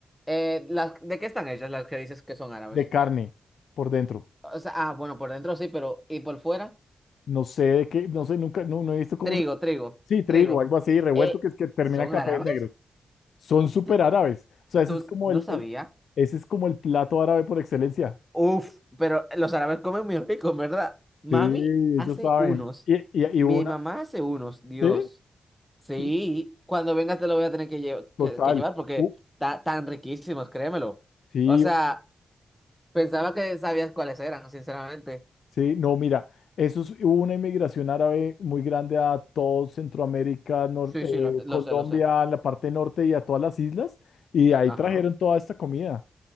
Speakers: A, in the centre; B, on the left.
A: eh, las, ¿de qué están hechas las que dices que son árabes?
B: De carne por dentro.
A: O sea, ah, bueno, por dentro sí, pero ¿y por fuera?
B: No sé de qué, no sé, nunca, no, no he visto cómo
A: Trigo,
B: se.
A: trigo,
B: Sí, trigo,
A: trigo.
B: algo así, revuelto,
A: Eh,
B: que es que termina
A: ¿son
B: en cafés
A: árabes?
B: negros. Son
A: Eh,
B: súper
A: ¿Tú,
B: árabes. O sea, ese
A: tú
B: es como
A: no
B: el,
A: sabías?
B: el- ese es como el plato árabe por excelencia.
A: Uf, pero los árabes comen muy rico, en ¿verdad? Mami
B: Sí, ellos
A: hace
B: saben.
A: unos.
B: Y, y,
A: Mi
B: y una,
A: mamá hace unos, Dios.
B: sí,
A: Sí,
B: y-
A: cuando vengas te lo voy a tener que, lle- que,
B: total.
A: que llevar porque
B: U-
A: ta- tan riquísimos, créemelo.
B: sí,
A: O sea, pensaba que sabías cuáles eran, sinceramente.
B: Sí, no, mira, eso es- hubo una inmigración árabe muy grande a todo Centroamérica, nor-
A: Sí,
B: eh,
A: sí, lo, lo
B: Colombia,
A: sé, lo sé.
B: la parte norte y a todas las islas, y de ahí
A: Ajá.
B: trajeron toda esta comida.